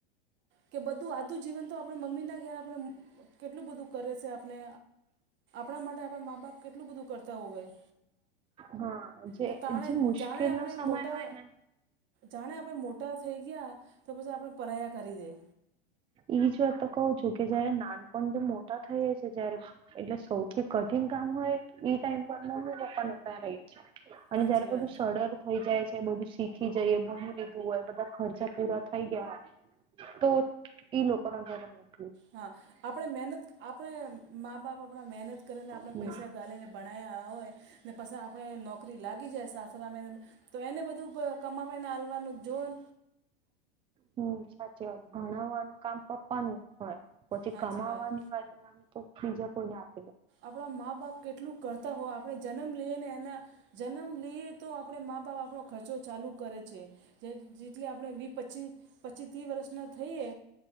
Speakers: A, on the right (about 40°); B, on the right (about 20°).
A: કે બધું આધું જીવન તો આપણી મમ્મીના ઘેર આપણે કેટલું બધું કરે છે આપણે આપણા માટે આપણા મા બાપ કેટલું બધું કરતા હોયય
B: હા જે
A: ને તણે
B: જે મુશ્કેલ
A: જાણે આપણે
B: નો સમય
A: મોટા
B: હોય ને
A: જાણે આપણે મોટા થઈ ગયા તો પછી આપણે પરાયા કરી દઈ
B: એઈજ વાત તો કહઉ છું કે જયારે નાનપણ તો મોટા થઈ છે જયારે એટલે સૌથી કઠિન કામ હોય ઈ ટાઈમ પર મમ્મી પપ્પા રહી છે અને
A: સાચી
B: જયારે
A: વાત
B: બધું સડર થઈ જાય છે બધું શીખી જઈએ બણું લીધું હોય બધા ખર્ચા પૂરા થઈ ગયા હોય તો ઈ લોકો ના ઘરે મૂકે
A: હા આપણે મહેનત આપણે મા બાપ આપણા મહેનત કરીને આપણે
B: હમ
A: પૈસા ગાલીને ભણયા હોય ને પછી આપણે નોકરી લાગી જાય સાસરા મે તો એને બધું કમાવીને હલવાનું જોન.
B: હમ્મ સાચી વાત ભણાવવાનું કામ પપ્પવાનું હોય પછી
A: સાચી
B: કમાવવાની
A: વાત
B: વારી આવે તો બીજા કોઈને આપ
A: આપણા મા બાપ કેટલું કરતાં હોય આપણે જન્મ લઈએ ને એના જન્મ લઈએ તો આપણે મા બાપ આપણો ખર્ચો ચાલુ કરે છે જે જેટલે આપણે વી પચીસ પચી ત્રી વર્ષના થઈએ